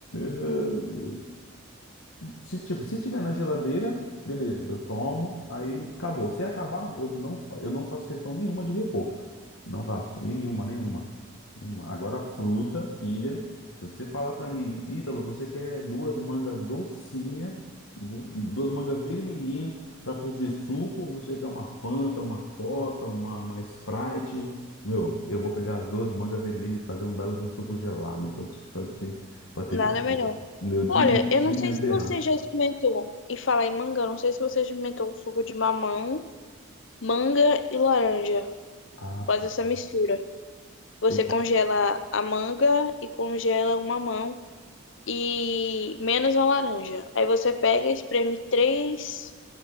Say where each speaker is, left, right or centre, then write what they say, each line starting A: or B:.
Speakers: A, on the left; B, on the left.
A: eh, Se, tipo, se tiver na geladeira, beleza, eu tomo, aí acabou. Se acabar, eu não, fa- eu não faço questão nenhuma de repor. Não faço, nenhuma, nenhuma. nenhuma. Agora, fruta, filha, se você falar pra mim, Ítalo, você quer duas mangas docinha, du- duas mangas vermelhinha pra fazer suco, ou você quer uma Fanta, uma Coca, uma, uma Sprite? Meu, eu vou pegar as duas mangas vermelhas e fazer um belo de um suco gelado, pra te, pra te, pra ter
B: nada
A: certeza.
B: melhor.
A: Eu digo
B: Olha, eu não
A: sem
B: sei
A: medo
B: se
A: de errar.
B: você já experimentou, e falar em manga, eu não sei se você já experimentou o suco de mamão, manga e laranja.
A: Ah,
B: Faz
A: pá.
B: essa mistura. Você
A: Eu-
B: congela a manga e congela o mamão. e menos a laranja. Aí você pega, espreme três,